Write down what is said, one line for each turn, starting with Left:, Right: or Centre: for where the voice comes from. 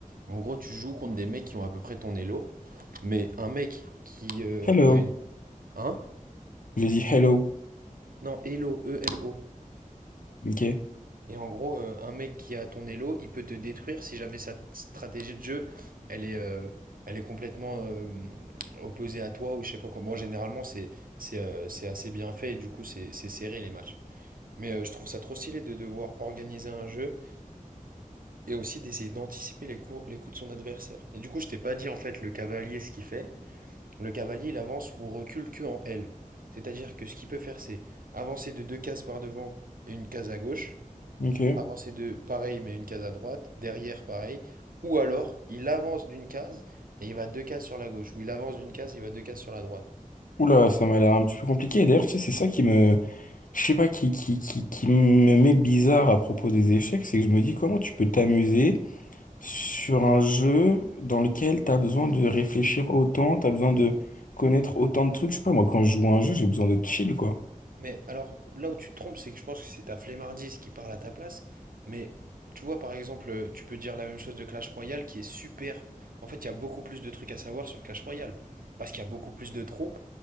Right: En gros, tu joues contre des mecs qui ont à peu près ton élo, mais un mec qui euh,
Left: Hello.
Right: a une hein?
Left: J'ai dit hello.
Right: Non, élo E-L-O.
Left: Ok,
Right: Et en gros, euh, un mec qui a ton elo, il peut te détruire si jamais sa t- stratégie de jeu, elle est, euh, elle est complètement euh, opposée à toi ou je sais pas quoi. Bon, généralement, c'est, c'est, euh, c'est assez bien fait et du coup, c'est, c'est serré les matchs. Mais euh, je trouve ça trop stylé de devoir organiser un jeu et aussi d'essayer d'anticiper les coups, les coups de son adversaire. Et du coup, je t'ai pas dit en fait le cavalier ce qu'il fait. Le cavalier, il avance ou recule que en L. C'est-à-dire que ce qu'il peut faire, c'est avancer de deux cases par devant et une case à gauche
Left: ok.
Right: avancer de pareil mais une case à droite, derrière pareil, ou alors il avance d'une case et il va deux cases sur la gauche, ou il avance d'une case, il va deux cases sur la droite.
Left: Oula, ça m'a l'air un petit peu compliqué. Et D'ailleurs, tu sais, c'est ça qui me, je sais pas, qui, qui, qui, qui me met bizarre à propos des échecs, c'est que je me dis comment tu peux t'amuser sur un jeu dans lequel t'as besoin de réfléchir autant, t'as besoin de connaître autant de trucs. Je sais pas, moi, quand je joue à un jeu, j'ai besoin d'être chill, quoi.
Right: Mais alors là où tu te trompes, c'est que je pense que c'est ta flemmardise qui parle à ta place, mais tu vois par exemple, tu peux dire la même chose de Clash Royale qui est super. En fait, il y a beaucoup plus de trucs à savoir sur Clash Royale, parce qu'il y a beaucoup plus de troupes,